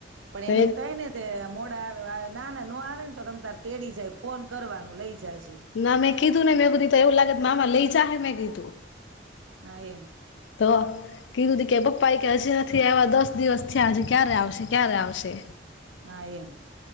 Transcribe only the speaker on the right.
પણ
એને એમ થાય ને તે મોડા તો આવે ના ના નો આવે ને તો તમ તારે તેડી જાય ફોન કરવાનું લઈ જાય. છે
હા એમ.
હ એમ.